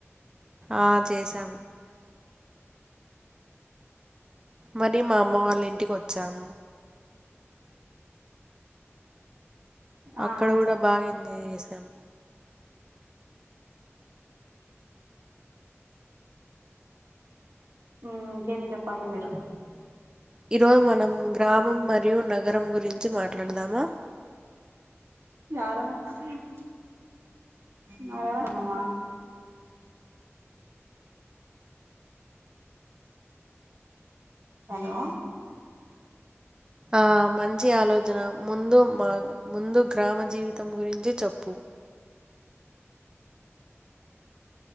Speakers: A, on the right (about 15°); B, on the right (about 60°).
A: ఆ చేసాము మరీ మా అమ్మ వాళ్ళ ఇంటికి వచ్చామ్
B: ఆ
A: అక్కడ కూడా
B: చెప్
A: బాగా ఎంజాయ్ చేశాం ఎం
B: హ్మ్ ఇంకేం చెప్పాలి మీరు
A: ఈరోజు మనం గ్రామం మరియు నగరం గురించి మాట్లాడ్దామా
B: <unintelligible> నా అమ్మమ్మ హలో
A: ఆ మంచి ఆలోచ్ చన ముందు మా ముందు గ్రామ జీవిత తం గురించి చెప్పు